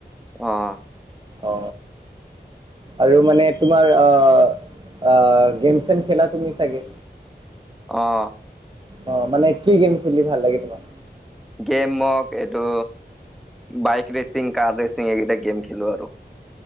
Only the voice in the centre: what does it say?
আহ।
আহ।
গেমক এইটো বাইক ৰৰেচিং, কাৰ ৰেচিং, এইকেইটা গেম খেলো আৰু।